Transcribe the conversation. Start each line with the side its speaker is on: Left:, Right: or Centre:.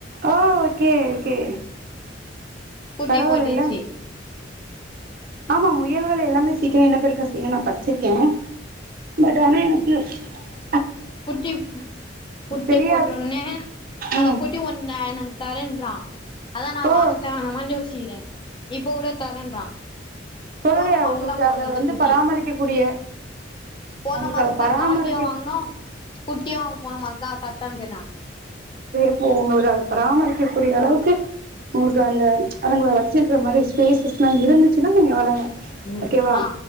Right: ஓ ஓகே ஓகே
Left: குட்டி
Right: பரவாயில்லல்ல
Left: போட்டுச்சு
Right: ஆமா மு யல்கள் எல்லாமே சீக்கிரோ இனப்பெருக்கோ செய்யுன்னு நா படிச்சிருக்கே பட் ஆனா எனக் எ
Left: குட்டி குட்டி
Right: தெரியாது
Left: போட்ட உட்னே அத
Right: ம்
Left: குட்டி ஒன்ன எனக்கு தரேன்றா அதா நா
Right: ஓ
Left: வாங்கட்டா வேணாமான் யோசிக்கிறே இப்ப கூட தரேன்றா
Right: தோழரே
Left: போன மாசந்தா
Right: உங்களுக்கு
Left: பொறந்துச்சு
Right: அத வந்து
Left: குட்டி
Right: பராமரிக்க கூடிய
Left: போன
Right: உங்களுக்கு
Left: மாசந்தா
Right: அத பராமரிக்க
Left: டாகியு வாங்குனோ குட்டியு அ வ மா அதா தரட்டானு கேட்டா
Right: ப்போ உங்களுக்கு அத பராமரிக்கக்கூடிய அளவுக்கு உங்களுக்கு அந்த அதுங்கள வச்சிருக்கிற மாரி ஸ்பேசஸ்லா இருந்துச்சுன்னா நீங்க வளங்க
Left: ம்
Right: ஓகேவா
Left: ஆ